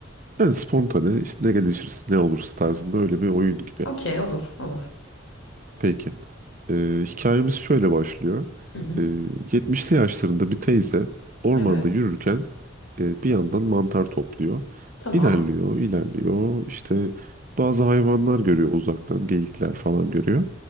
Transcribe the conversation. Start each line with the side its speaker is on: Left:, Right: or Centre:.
Right: yani spontane işte ne gelişirse ne olursa tarzında öyle bir oyun gibi.
Left: Okey olur olur.
Right: Peki. Ee, hikayemiz şöyle başlıyor.
Left: Hı hı.
Right: Ee, 70'li yaşlarında bir teyze ormanda
Left: Evet.
Right: yürürken e, bir yandan mantar topluyor.
Left: Tamam.
Right: İlerliyor, ilerliyor. İşte bazı hayvanlar görüyor uzaktan, geyikler falan görüyor.